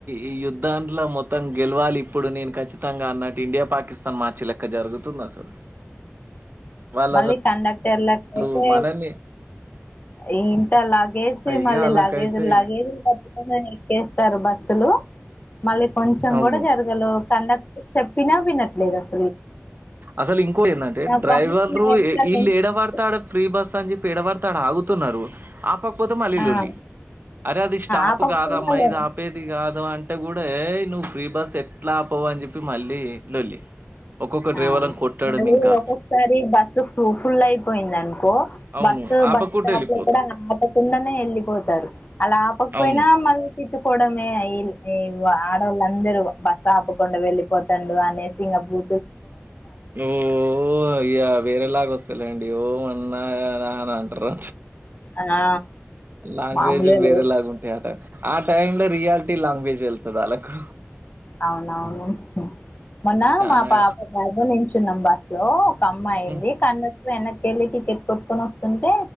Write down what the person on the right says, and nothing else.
ఈ యుద్ధాంలో మొత్తం గెలవాలి ఇప్పుడు నేను ఖచ్చిత ఖచ్చితంగా అన్నట్టు ఇండియా పాకిస్తాన్ మార్చి లెక్క జరుగుతుంది అసలు వాళ్ళు
అసలు
మనల్ని
ఇగ
అలాకైతే
అవును
అసలు ఇంకో ఏందంటే
డ్రైవర్
వీళ్ళు
ఏడవడతే ఆడ ఫ్రీ బస్ అని చెప్పి ఎడవారితే ఆడ ఆగుతున్నారు ఆపకపోతే మళ్లీలోళ్ళి
అరే అది స్టాప్
కాద అమ్మాయిది ఆపేది కాదు అంటే కూడా ఏ నువ్వు ఫ్రీ బస్ ఎట్లా ఆపవ అని చెప్పి మళ్ళీ లొల్లి ఒక్కొక్క డ్రైవర్‌లను
కొట్టడం
ఇంకా.
అవును.
ఆపకుంట
ఎళ్ళిపోతురు.
అవును.
ఓ ఇయ వేరలాగ వస్తలె అండి <unintelligible> మన్నాంటరు
లాంగ్వేజ్లు
వేరేలాగా
ఉంటాయి అట ఆ టైమ్ లో రియాలిటీ లాంగ్వేజ్ ఎల్తద ఆలకు
చానా
ఉహు